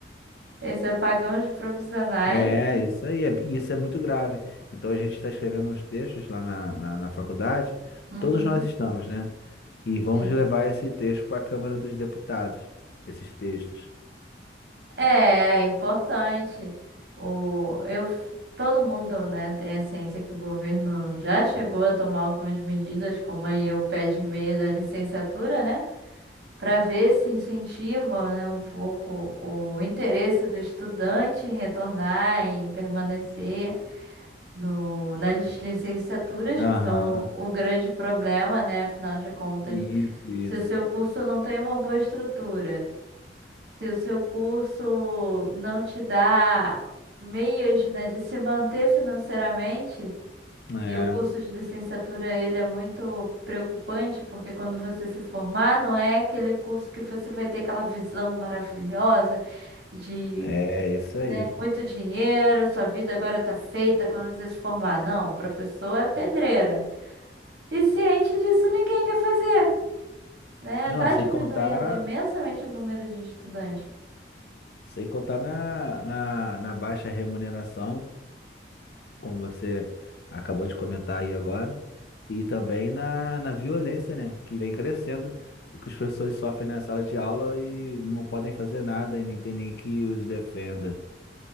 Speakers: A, on the right (about 65°); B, on the left (about 65°).
A: esse apagão de profissionais.
B: É, isso aí, é, e isso é muito grave. Então a gente está escrevendo uns textos lá na, na, na faculdade,
A: Uhum.
B: todos nós estamos, né? E vamos
A: Sim.
B: levar esse texto para a Câmara dos Deputados, esses textos.
A: É, é importante. O, eu, todo mundo, né, tem a ciência que o governo já chegou a tomar algumas medidas, como aí o pé de meia da licenciatura, né, para ver se incentiva, né, um pouco o interesse do estudante em retornar, em permanecer no, nas licenciaturas,
B: Aham,
A: que são o, o grande problema, né, afinal de contas,
B: Isso, isso.
A: se o seu curso não tem uma boa estrutura. Se o seu curso não te dá meios, né, de se manter financeiramente,
B: É,
A: e o curso de licenciatura ele é muito preocupante, porque quando você se formar, não é aquele curso que você vai ter aquela visão maravilhosa de
B: é isso aí.
A: muito dinheiro, sua vida agora tá feita quando você se formar. Não, o professor é pedreira. E ciente disso, ninguém quer fazer, né?
B: Não,
A: Tá
B: sem
A: diminuindo
B: contar.
A: imensamente o número de estudantes.
B: Sem contar na, na, na baixa remuneração, como você acabou de comentar aí agora, e também na, na violência, né? Que vem crescendo, o que os professores sofrem na sala de aula e não podem fazer nada e nem tem nem que os defenda.